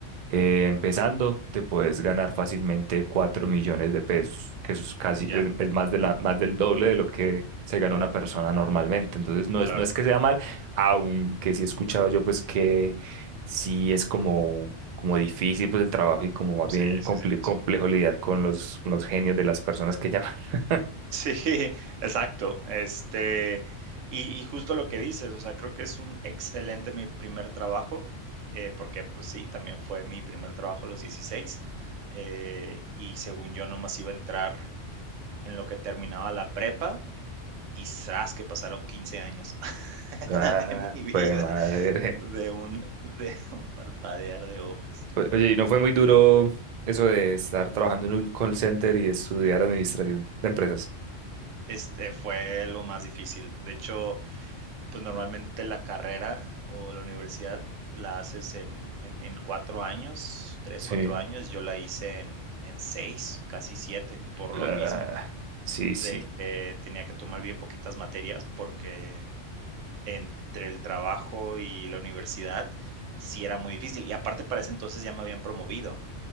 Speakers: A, on the right; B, on the right.
A: eh, empezando, te puedes ganar fácilmente cuatro millones de pesos, que eso es casi,
B: Ya,
A: es es más de la, más del doble de lo que se gana una persona normalmente. Entonces, no
B: claro,
A: es, no es que sea mal, aunque sí he escuchado yo, pues, que sí es como, como difícil, pues, el trabajo y como más
B: sí,
A: bien
B: sí
A: comple-
B: es difícil.
A: complejo lidiar con los, con los genios de las personas que llaman. <laughs>
B: Sí, <laughs> exacto. Este, y, y justo lo que dices, o sea, creo que es un excelente mi primer trabajo, eh, porque pues sí, también fue mi primer trabajo a los dieciséis eh, y según yo nomás iba a entrar en lo que terminaba la prepa, y zas, que pasaron 15 años <laughs>
A: Ah,
B: de mi
A: pues,
B: vida,
A: madre.
B: de un, de un parpadear de ojos.
A: O- Oye, ¿y no fue muy duro eso de estar trabajando en un call center y estudiar administración de empresas?
B: Este fue lo más difícil. De hecho, pues normalmente la carrera o la universidad la haces en, en, en cuatro años, tres,
A: Sí,
B: cuatro años. Yo la hice en, en seis, casi siete, por
A: Ah,
B: lo mismo,
A: sí,
B: de
A: sí,
B: que tenía que tomar bien poquitas materias porque entre el trabajo y la universidad sí era muy difícil. Y aparte para ese entonces ya me habían promovido,